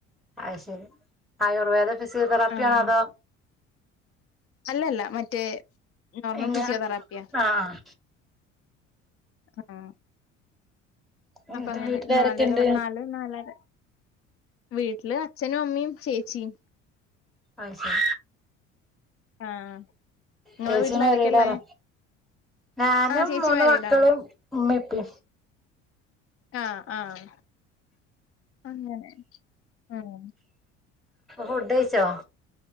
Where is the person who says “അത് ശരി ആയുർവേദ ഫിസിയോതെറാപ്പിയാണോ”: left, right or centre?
Centre